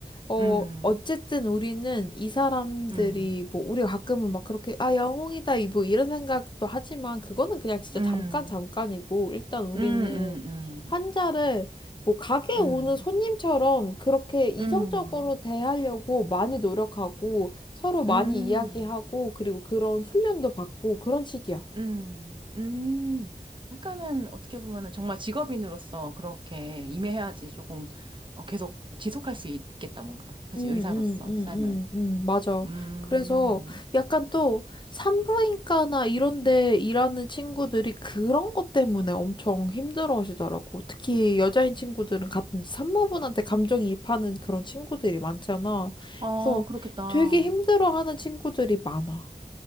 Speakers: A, on the left (about 30°); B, on the right (about 30°).
A: 어,
B: 음,
A: 어쨌든 우리는 이 사람들이,
B: 음,
A: 뭐, 우리가 가끔은 막 그렇게, 아, 영웅이다, 이 뭐, 이런 생각도 하지만, 그거는 그냥 진짜
B: 음,
A: 잠깐, 잠깐이고, 일단 우리는
B: 음, 음,
A: 환자를, 뭐, 가게에
B: 음,
A: 오는 손님처럼 그렇게 이성적으로
B: 음, 음,
A: 대하려고 많이 노력하고, 서로 많이
B: 음,
A: 이야기하고, 그리고 그런 훈련도 받고, 그런 식이야.
B: 음. 음. 약간은 어떻게 보면은 정말 직업인으로서 그렇게 임해야지 조금 어, 계속 지속할 수 있겠다, 뭔가. 그치,
A: 음, 음,
B: 의사로서
A: 음,
B: 삶을.
A: 음, 음, 맞아.
B: 음,
A: 그래서 약간 또 산부인과나 이런 데 일하는 친구들이 그런 것 때문에 엄청 힘들어 하시더라고. 특히 여자인 친구들은 같은 산모분한테 감정이입하는 그런 친구들이 많잖아.
B: 아
A: 그래서
B: 그렇겠다.
A: 되게 힘들어 하는 친구들이 많아.